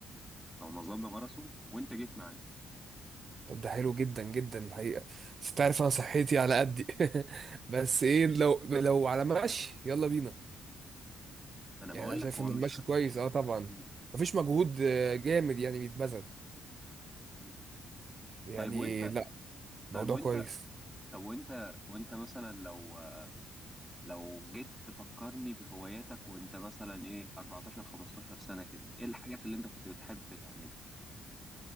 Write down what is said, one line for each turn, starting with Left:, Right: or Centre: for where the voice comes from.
Centre: لو نظمنا ماراثون وانت جيت معانا
Right: طب ده حلو جدا جدا الحقيقه بس تعرف انا صحتي على قدي <laughs> بس ايه لو لو على مشي يلا بينا
Centre: انا
Right: يعني
Centre: بقول
Right: انا شايف
Centre: لك هو
Right: ان
Centre: مش
Right: المشي كويس اه طبعا
Centre: م-
Right: مفيش مجهود آه، جامد يعني بيتبذل
Centre: م.
Right: يعني
Centre: طيب وانت
Right: لا موضوع
Centre: طيب وانت
Right: كويس
Centre: طب وانت وانت مثلا لو آه، لو جيت تفكرني بهواياتك وانت مثلا ايه 14 15 سنة كده ايه الحاجات اللي انت كنت بتحب تعملها